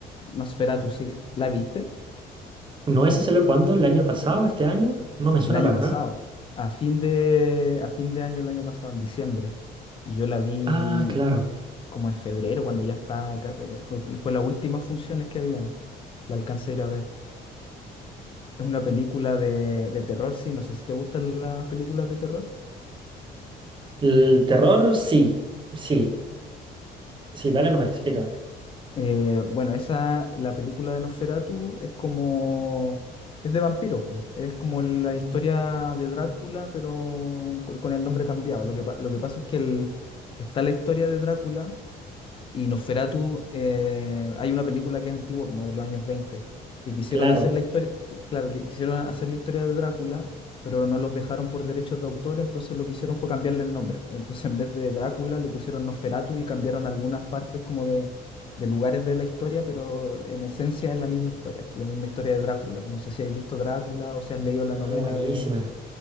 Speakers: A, on the left (about 30°); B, on the right (about 30°).
A: Nosferatu, sí, ¿la viste?
B: ¿No ese salió cuándo? ¿El año pasado? ¿Este año? No me suena
A: el año
B: para
A: pasado,
B: nada.
A: a fin de, a fin de año el año pasado, en diciembre, y yo la vi
B: Ah, claro.
A: como en febrero, cuando ya está, fue, fue las últimas funciones que habían, la alcancé a ir a ver. Es una película de, de terror, sí, no sé si te gustan las películas de terror.
B: El terror, sí. Sí. Sí, dale nomás, explícame.
A: Eh, bueno, esa, la película de Nosferatu es como, es de vampiro, pu. es como la historia de Drácula, pero con con el nombre cambiado. Lo que, pa- lo que pasa es que el- está la historia de Drácula Y Nosferatu, eh, hay una película que es antigua, como de los años 20, que quisieron
B: Claro.
A: hacer la historia, que- claro, que quisieron hacer la historia de Drácula, pero no los dejaron por derechos de autor, entonces lo que hicieron fue cambiarle el nombre. Entonces en vez de Drácula le pusieron Nosferatu y cambiaron algunas partes como de, de lugares de la historia, pero en esencia es la misma historia, la misma historia de Drácula. No sé si habéis visto Drácula o si has leído la
B: Ah,
A: novela
B: buenísima.
A: de,